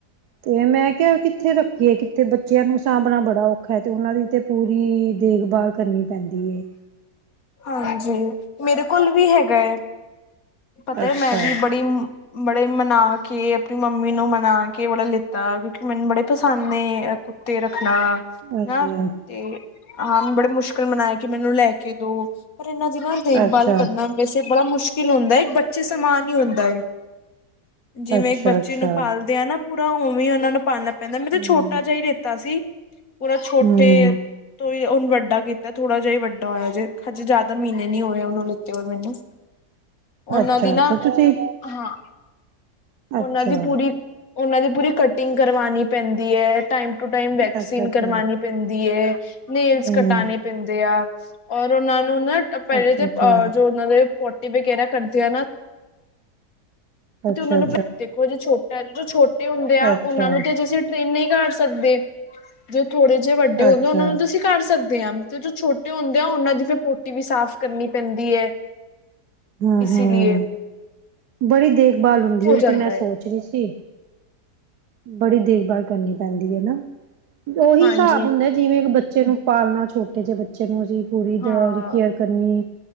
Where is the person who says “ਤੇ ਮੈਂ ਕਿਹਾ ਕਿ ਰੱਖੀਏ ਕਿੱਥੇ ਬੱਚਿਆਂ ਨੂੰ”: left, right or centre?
Right